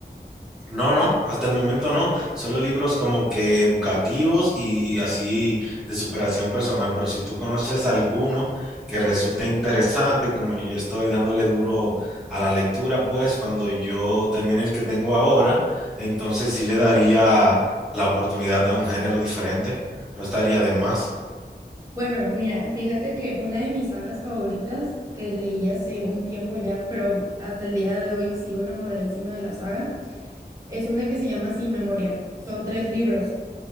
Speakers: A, in the centre; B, on the right.
A: No, no, hasta el momento no. Solo libros como que educativos y, y así de superación personal. Pero si tú conoces alguno que resulte interesante, como yo estoy dándole duro a la lectura, pues cuando yo termine el que tengo ahora, entonces sí le daría la oportunidad a un género diferente. No estaría de más.
B: Bueno, mira, fíjate que una de mis sagas favoritas que leí hace un tiempo ya, pero hasta el día de hoy sigo enamoradísima de la saga, es una que se llama Sin Memoria. Son tres libros.